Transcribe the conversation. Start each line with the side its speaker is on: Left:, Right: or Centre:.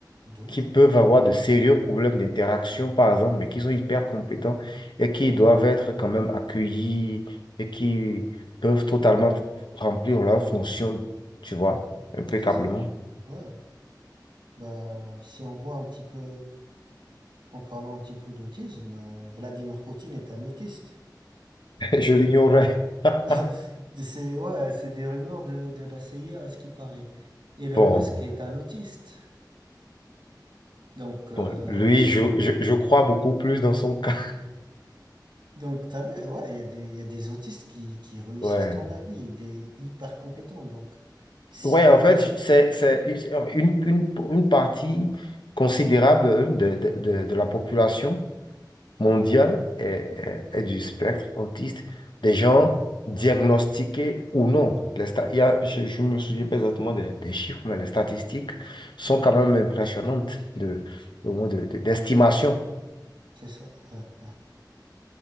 Right: De ouf,
Left: qui peuvent avoir de sérieux problèmes d'interaction, par exemple, mais qui sont hyper compétents et qui doivent être quand même accueillis et qui peuvent totalement remplir leur fonction, tu vois, impeccablement.
Right: c'est ça. Ouais. Bah, si on voit un petit peu, en parlant un petit peu d'autisme, euh, Vladimir Poutine est un autiste.
Left: <laughs> Je l'ignorais. <laughs>
Right: <laughs> C'est, ouais, c'est des rumeurs de, de la CIA à ce qui paraît. Elon
Left: Bon.
Right: Musk est un autiste. Donc, euh,
Left: Bon, lui, je, je, je crois beaucoup plus dans son cas. <laughs>
Right: Donc, t'as vu, ouais, il y a des, il y a des autistes qui, qui réussissent
Left: Ouais.
Right: dans la vie et des hyper compétents. Donc, si
Left: Ouais, en fait,
Right: on se...
Left: c'est, c'est
Right: Ouais,
Left: une, une, une partie considérable hein, de, de, de, de la population mondiale est, est- est du spectre autiste, des gens diagnostiqués ou non. Les sta- il y a- je je me souviens pas exactement des, des chiffres, mais les statistiques sont quand même impressionnantes de, au moins de, de- d'estimation.
Right: c'est ça. Ouais, ouais.